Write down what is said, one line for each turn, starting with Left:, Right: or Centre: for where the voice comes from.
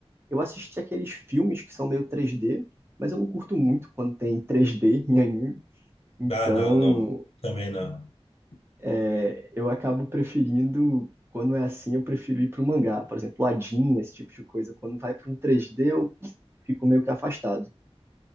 Right: Eu assisti aqueles filmes que são meio 3D, mas eu não curto muito quando tem 3D em anime. Então,
Left: Ah, não, não. Também não. <laughs>
Right: é, eu acabo preferindo, quando é assim, eu prefiro ir para o mangá. Por exemplo, Adin, esse tipo de coisa. Quando vai para um 3D, eu fico meio que afastado.